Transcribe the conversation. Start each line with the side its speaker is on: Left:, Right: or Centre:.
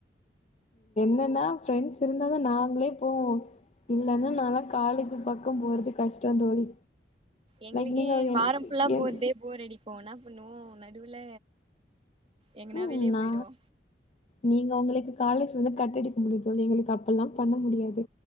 Left: என்னன்னா ஃபிரெண்ட்ஸ் இருந்தா நாங்களே போவோ இல்லன்னா நாலா காலேஜ் பக்கோ போறது கஷ்டோ தோழி
Right: எங்களுக்கே
Left: லைக் நீங்க என்
Right: வாரோ ஃபுல்லா
Left: என்
Right: போறதே போர் அடிக்கு என்ன பண்ணுவோ நடுவுல எங்கனா
Left: ம்
Right: வெளிய
Left: ம் நா
Right: போயிடுவோ
Left: நீங்க உங்களுக்கு காலேஜ் வந்து கட்டடிக்க முடியு தோழி எங்களுக்கு அப்பல்லா பண்ண முடியாது